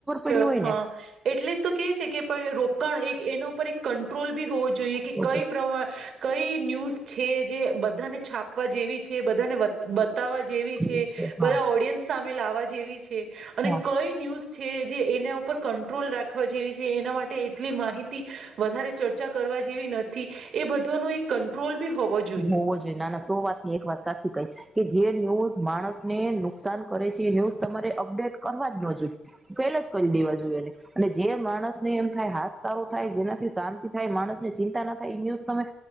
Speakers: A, on the right; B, on the right.
A: છ
B: પડી હોય
A: હા
B: ને
A: એટલે જ તો કે છે કે પ રો એક એના ઉપર એક ક ટ્રોલ બી હોવો જોઈએ કે
B: તો
A: કઈ
B: જ
A: પ્ર કઈ ન્યૂઝ છે જે બધાને. છાપવા જેવી છે એ બધાને બતાવા જેવી
B: જી
A: છે,
B: હા
A: બધા ઓડિયન્સ મે લાવવા જેવી છે. અને
B: હા
A: કઈ ન્યૂઝ છે. છે જે એના ઉપર કંટ્રોલ રાખવા જેવી છે એના માટે એટલી માહિતી, વધારે ચર્ચા કરવા જેવી નથી, એ બધુંનું એક કંટ્રોલ બી હોવો
B: હોવો જોઈએ ના ના સો વાત ની એક વાત. સાચી કહી, કે જે ન્યૂઝ માણસ ને નુકસાન કરે છે એ ન્યૂઝ તમારે અપડેટ કરવા જ ન જોઈએ ફેલ જ કરી દેવા જોઈએ, એને અને જે માણસને એમ થાય હાાસકારારો થાય જેનાથી શાંતિ થાય માણસ ની ચિંતા ના થાય એ ન્યૂઝ તમે